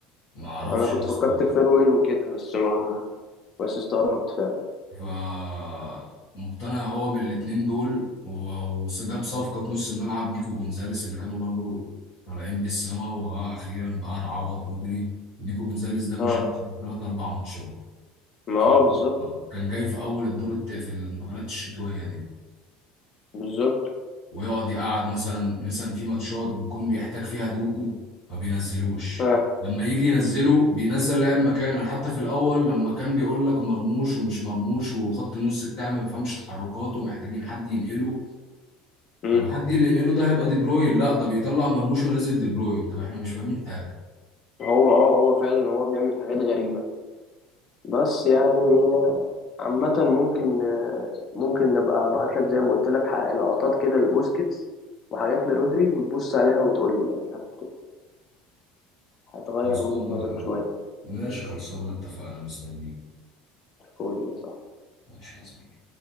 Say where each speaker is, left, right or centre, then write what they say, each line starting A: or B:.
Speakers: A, on the left; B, on the left.
A: ما اعرفش
B: انا كنت
A: يا اسطى
B: فكرت في فيرويل وكده بس ما بس استغربت فعلا
A: فمقتنع هو بالاتنين دول و- وجاب صفقة نص ملعب نيكو جونزاليس اللي كانوا برضو طالعين بالسما وها أخيرا بقى نعوض رودري نيكو جونزاليس ده ما
B: اه
A: شافش في ثلاث أربع ماتشات
B: ما
A: فكان
B: اه بالظبط
A: جاي في أول الدور الت... في الانتقالات الشتوية دي
B: بالظبط
A: ويقعد يقعد مثلا مثلا في ماتشات بيكون بيحتاج فيها دوكو ما بينزلوش
B: اه
A: لما يجي ينزله بينزل لاعب مكانه يعني حتى في الاول لما كان بيقول لك مرموش ومش مرموش وخط النص بتاعي ما بيفهمش تحركاته محتاجين حد ينقله
B: امم
A: طب حد اللي ينقله ده هيبقى دي بروين لا ده بيطلع مرموش وينزل دي بروين طب احنا مش فاهمين حاجه
B: هو اه هو فعلا هو بيعمل حاجات غريبة بس يعني عامة ممكن ممكن نبقى ابعت لك زي ما قلت لك ح- لقطات كده لبوسكيتس وحاجات لرودري وتبص عليها وتقول لي يعني هت... هتغير
A: خلصانه
B: وجهة نظرك شوية
A: ماشي خلصانه اتفقنا مستنيك
B: تقول لي صح
A: ماشي يا زميلي